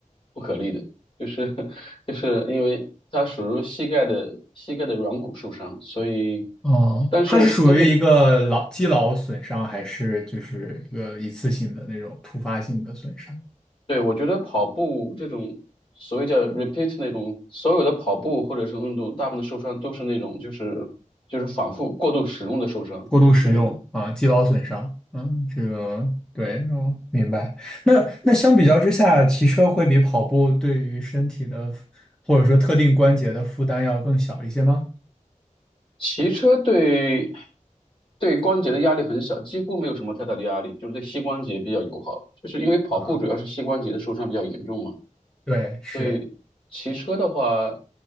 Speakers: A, on the left; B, in the centre.
A: 不可逆的，就是 <laughs> 就是因为它属于膝盖的膝盖的软骨受伤，所以
B: 哦，
A: 但是但是
B: 它是属于一个劳肌劳损伤，还是就是一个一次性的那种突发性的损伤？
A: 对我觉得跑步这种所谓叫 repeat 那种所有的跑步或者是运动，大部分的受伤都是那种就是就是反复过度使用的受伤，
B: 过度使用啊，
A: 就是。
B: 肌劳损伤。嗯，这个对，哦，明白。那那相比较之下，骑车会比跑步对于身体的或者说特定关节的负担要更小一些吗？
A: 骑车对对关节的压力很小，几乎没有什么太大的压力，就是对膝关节比较友好。就是因为跑步主要是膝关节的受伤比较严重嘛，
B: 啊，对，是，
A: 所以骑车的话，